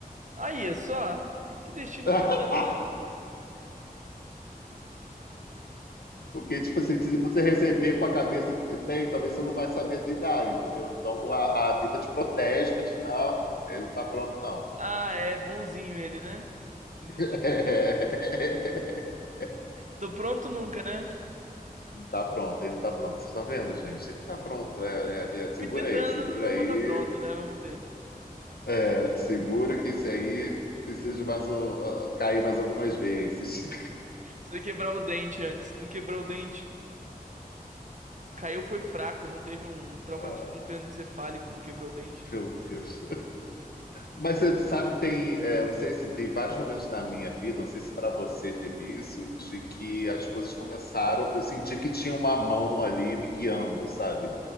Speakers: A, on the right (about 55°); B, on the left (about 85°).
A: Aí, é só. Que destino
B: <laughs>
A: pilantra.
B: Porque, tipo assim, se você receber com a cabeça que você tem, talvez você não vai saber lidar, entendeu? Então a, a vida te protege, mas te- não, ele não tá pronto, não.
A: Ah, é bonzinho ele, né? Desistindo.
B: <laughs>
A: Tô pronto nunca, né?
B: Não tá pronto, ele não tá pronto. Vocês estão vendo, gente? Ele não tá pronto. É, é, é, segura
A: 80
B: aí, segura
A: anos eu não
B: aí.
A: vou estar pronto, né? Vamos ver.
B: É, segura que isso aí precisa de mais um, ah, cair mais algumas vezes. <laughs>
A: Precisa quebrar o dente antes. Não quebrou o dente. Caiu foi fraco, não teve um traumatismo
B: Ah,
A: crânioencefálico, não quebrou o dente.
B: meu Deus. Mas você sabe que tem, é, não sei se tem vários momentos na minha vida, não sei se para você teve isso, de que as coisas começaram, eu senti que tinha uma mão ali me guiando, sabe?